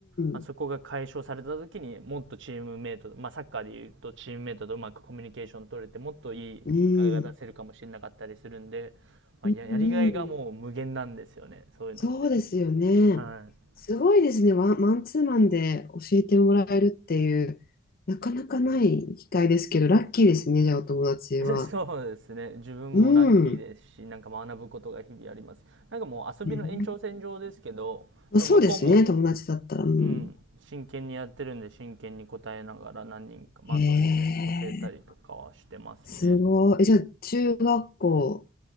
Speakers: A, on the right; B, on the left.
A: まあ、
B: ん、
A: そこが解消された時にもっとチームメイト、まあサッカーでいうとチームメイトとうまくコミュニケーション取れてもっといい結果が出せるかもしれなかったりするんで、
B: うん、
A: まあややりがいがもう無限なんですよね、
B: うん、
A: そういうのって。
B: そうですよね。
A: はい。
B: すごいですね。ワン、マンツーマンで教えてもらえるっていう、なかなかない機会ですけど、ラッキーですね、じゃあお友達は。
A: <laughs> そうですね。自分もラッキーですし、
B: うん。
A: なんか学ぶことが日々あります。なんかもう遊びの延長線上ですけど、
B: うん、まあ、
A: でも向こうも、
B: そうですね、友達だったら。うん、
A: うん、真剣にやってるんで、真剣に答えながら何人か、まあそうですね、
B: へえ、
A: 教えたりとかはしてますね。
B: すごい。え、じゃあ中学校